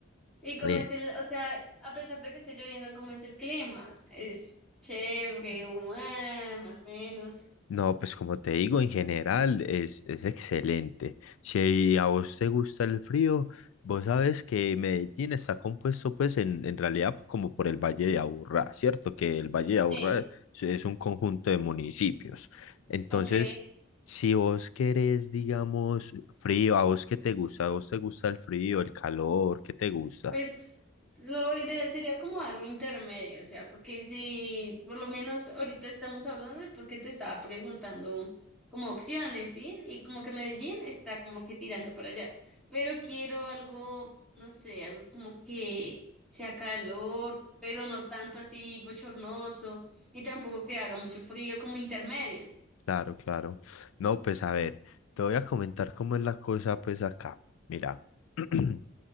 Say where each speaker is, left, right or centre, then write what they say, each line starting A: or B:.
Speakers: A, in the centre; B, on the left (about 75°).
A: Y como
B: Eh,
A: es el, o sea, a pesar de que esté lloviendo, como es el clima? Es chévere, o, ah, más o menos.
B: No, pues como te digo, en general es, es excelente. Si a vos te gusta el frío, vos sabes que Medellín está compuesto pues en, en realidad como por el Valle de Aburrá, ¿cierto? Que el Valle de Aburrá
A: Sí,
B: es es un conjunto de municipios. Entonces,
A: ok.
B: si vos querés, digamos, frío, a vos qué te gusta, a vos te gusta el frío, el calor, ¿qué te gusta?
A: Pues lo ideal sería como algo intermedio, o sea, porque si por lo menos ahorita estamos hablando es porque te estaba preguntando como opciones, ¿sí? Y como que Medellín está como que tirando para allá, pero quiero algo, no sé, algo como que sea calor, pero no tanto así bochornoso, ni tampoco que haga mucho frío, como intermedio,
B: Claro, claro. No, pues a ver, te voy a comentar cómo es la cosa, pues acá. Mira, <clears throat>